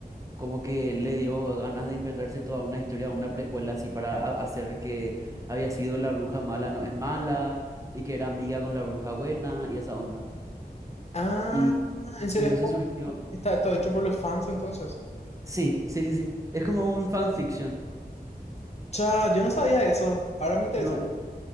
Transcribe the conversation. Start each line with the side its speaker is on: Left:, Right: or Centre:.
Right: como que le dio ganas de inventarse toda una historia, una precuela así para a- hacer que había sido la bruja mala no es mala y que era amiga con la bruja buena y esa onda.
Left: Ah,
Right: Y
Left: ¿en serio?
Right: entonces surgió,
Left: ¿Está está todo hecho por los fans entonces?
Right: sí, sí, sí, sí, es como un fanfiction.
Left: Cha, yo no sabía eso. Ahora me interesa.
Right: No,